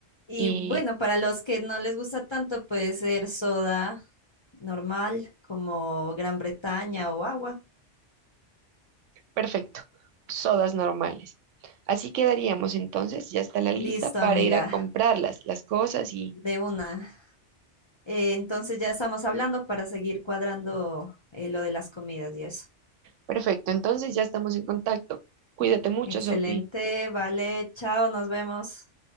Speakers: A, on the left (about 35°); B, on the right (about 80°).
A: Y
B: y
A: bueno, para los que no les gusta tanto, puede ser soda normal, como Gran Bretaña o agua.
B: perfecto, sodas normales. Así quedaríamos entonces, ya está la lista
A: Listo,
B: para
A: amiga,
B: ir a comprarlas, las cosas y
A: de una. Eh, entonces ya estamos hablando para seguir cuadrando eh, lo de las comidas y eso.
B: perfecto, entonces ya estamos en contacto. Cuídate mucho,
A: Excelente,
B: Sofía.
A: vale, chao, nos vemos.